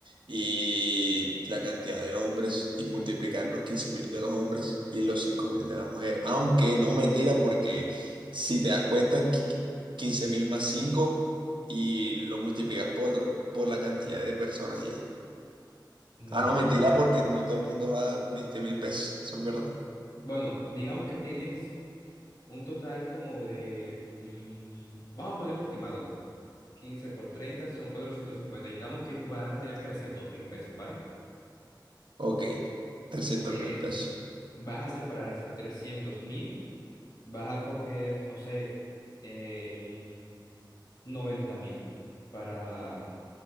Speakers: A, on the right (about 75°); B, on the left (about 55°).
A: y la cantidad de hombres y multiplicar los 15.000 de los hombres y los 5.000 de las mujeres. Aunque
B: Pero
A: no mentira,
B: ajá,
A: porque si te das cuenta, qui- qui- 15.000 más 5 y lo multiplicas por, por la cantidad de personas y ya.
B: no.
A: Ah, no, mentira, porque no todo el mundo va a 20 mil pesos, eso es verdad.
B: Bueno, digamos que tienes un total como de, mm, vamos a poner un estimado. quince por 30 son 450. Digamos que vas a tener trescientos mil pesos, ¿vale?
A: Ok, trescientos
B: Eh,
A: mil pesos.
B: vas a separar esos trescientos mil, vas a coger, no sé, eh, mm, noventa mil para